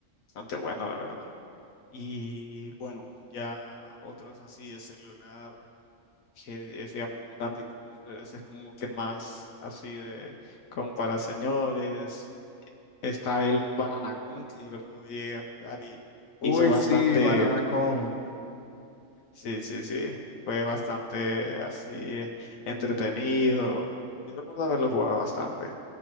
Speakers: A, on the left; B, on the left.
A: bastante bueno, la verdad. Y bueno, ya otros así de celular, que es digamos como Candy Crush, pero ese es como que más así de como para señores. Está el Banana Con, que yo lo llegué a jugar y,
B: Uy,
A: y fue bastante,
B: sí, Banana Con.
A: sí, sí, sí, fue bastante así eh, entretenido. Yo recuerdo haberlo jugado bastante.